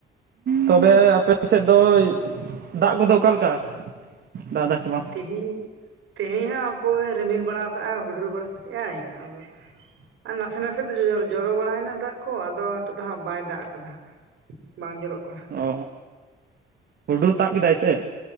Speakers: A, on the right; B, on the right.
A: ᱛᱚᱵᱮ ᱟᱯᱮ ᱥᱮᱫ ᱫᱚ ᱫᱟᱜ ᱠᱚᱫᱚ ᱚᱠᱟᱞᱮᱠᱟ ᱫᱟᱜ ᱫᱟᱭ ᱥᱮ ᱵᱟᱝ?
B: ᱛᱮᱦᱤᱧ ᱛᱮᱦᱮᱧ ᱦᱟᱸᱜ ᱦᱟᱯᱳᱭ ᱨᱤᱢᱤᱞ ᱵᱟᱲᱟᱣ ᱠᱟᱜ-ᱟᱭ ᱦᱩᱰᱩᱨ ᱵᱟᱲᱟ ᱠᱮᱜ-ᱟᱭ ᱟᱫᱚ ᱟᱨ ᱱᱟᱥᱮ ᱱᱟᱥᱮ ᱫᱚ ᱡᱚ ᱡᱚᱨᱚ ᱵᱟᱲᱟᱭ ᱱᱟ ᱫᱟᱜ᱾ ᱠᱚ ᱟᱫᱚ ᱱᱤᱛᱳᱜ ᱫᱚ ᱦᱟᱸᱜ ᱵᱟᱭ ᱫᱟᱜ ᱟᱠᱟᱫᱟ ᱦᱟᱸᱜ ᱵᱟᱝ ᱡᱚᱨᱚᱜ ᱠᱟᱱᱟ᱾
A: ᱚ ᱦᱩᱰᱩᱨ ᱛᱟᱵ ᱠᱮᱫᱟᱭ ᱥᱮᱜ?